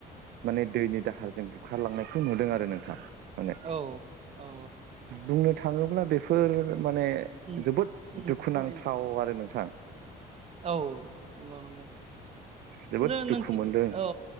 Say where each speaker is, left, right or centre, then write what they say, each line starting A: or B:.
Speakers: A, on the right; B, on the right.
A: माने दैनि दाहारजों बुखारलांनायखौ नुदों आरो नोंथां माने
B: औ औ औ
A: बुंनो थाङोब्ला बेफोर माने
B: उम
A: जोबोद
B: उम
A: दुखुनांथाव
B: थाबायो
A: आरो नोंथां
B: औ ग न ग
A: जोबोद
B: जों
A: दुखु मोनदों
B: औ